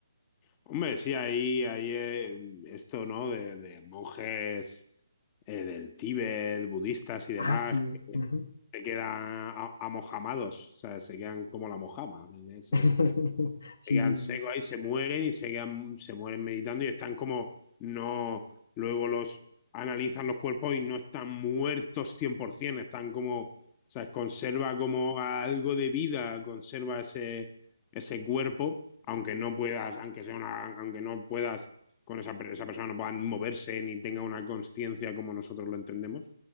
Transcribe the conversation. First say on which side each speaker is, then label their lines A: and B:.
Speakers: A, on the left (about 20°); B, on the left (about 60°).
A: Hombre, sí, ahí, ahí eh, esto, ¿no? De, de monjes eh, del Tíbet, budistas y demás,
B: Ah, sí.
A: que
B: ujú.
A: se quedan a- amojamados, o sea, se quedan como la mojama. ¿sí?
B: <laughs> Sí,
A: se quedan
B: sí, sí.
A: secos ahí, se mueren y se, quedan, se mueren meditando y están como no, luego los analizan los cuerpos y no están muertos cien por cien están como, o sea, conserva como algo de vida, conserva ese, ese cuerpo, aunque no puedas, aunque sea una, aunque no puedas con esa, esa persona no puedan moverse ni tenga una conciencia como nosotros lo entendemos.